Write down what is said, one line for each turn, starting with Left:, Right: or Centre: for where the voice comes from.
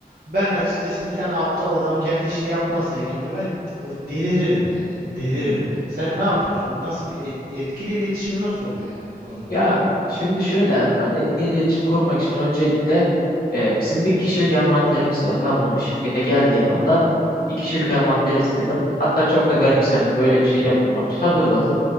Right: ben açıkçası bir tane aptal adam kendi işini yapmazsa hekimle ben d- deliririm yani. Yani deliririm
Left: hı.
Right: yani. Sen ne yapıyorsun? Nasıl bir et- etkili iletişim nasıl oluyor yani bu konuda?
Left: Ya şimdi şöyle Erkan, etkili iletişim kurmak için öncelikle e, bizim bir kişilik envanterimiz var. Ben bunu şirkete geldiğim anda bir kişilik envanteri istedim. Hatta çok da garipsendi.
Right: Hı hı.
Left: Böyle bir şey yapılmamış. Hazırladım.